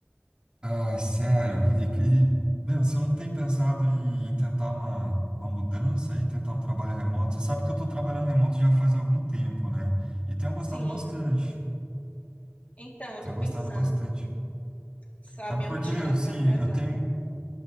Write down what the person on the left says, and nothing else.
Sim.
Então, eu
tô
pensando,
sabe,
minha
rotina
tá ficando pesada.